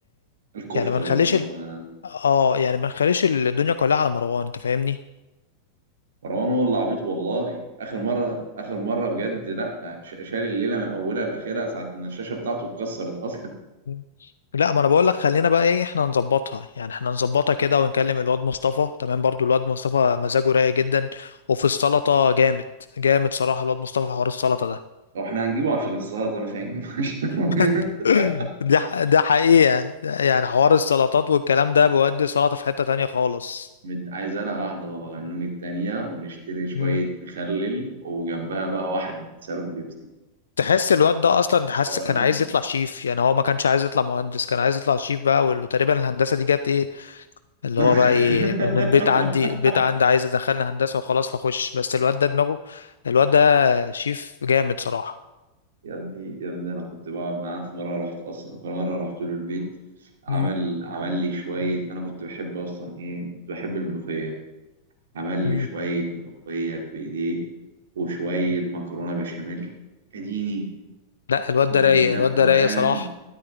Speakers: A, on the right (about 60°); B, on the left (about 70°).
A: الكفتة
B: يعني ما نخليش
A: برضه ناخدها
B: ال... اه يعني ما نخليش الدنيا كلها على مروان انت فاهمني
A: مروان هو اللي عبيط والله اخر مره اخر مره بجد لا ش- شال الليله من اولها لاخرها ساعه ما الشاشه بتاعته اتكسرت اصلا
B: مم. لا ما انا بقول لك خلينا بقى ايه احنا نظبطها يعني احنا نظبطها كده ونكلم الواد مصطفى تمام برضو الواد مصطفى مزاجه رايق جدا وفي السلطة جامد جامد صراحة الواد مصطفى في حوار السلطة ده
A: هو احنا هنجيبه عشان السلطه مش هنجيبه <laughs> عشان هو
B: <laughs>
A: جامد
B: ده ح- ده حقيقة يعني حوار السلطات والكلام ده بيودي السلطة في حتة تانية خالص
A: <laughs> مد- عايز انا واحده بابا غنوج التانيه ونشتري شويه
B: مم.
A: مخلل وجنبها بقى واحد صاروخ بيبسي
B: تحس الواد ده اصلا تحس
A: روقان
B: كان عايز يطلع شيف يعني هو ما كانش عايز يطلع مهندس كان عايز يطلع شيف بقى وتقريبا الهندسة دي جت ايه اللي
A: <laughs>
B: هو بقى ايه انا البيت عندي البيت عندي عايز يدخلنا هندسه وخلاص فاخش بس الواد ده دماغه الواد ده شيف جامد صراحه
A: يا ابني يا ابني انا كنت بقعد معاه في مره رحت اصلا في مره رحت له البيت عمل
B: مم.
A: عمل لي شويه انا كنت بحب اصلا ايه كنت بحب الملوخيه عمل
B: مم.
A: لي شوية ملوخية بإيديه وشوية مكرونة بشاميل أديني
B: لا الواد
A: أقسم
B: ده رايق
A: بالله
B: الواد
A: في روقان
B: ده رايق صراحه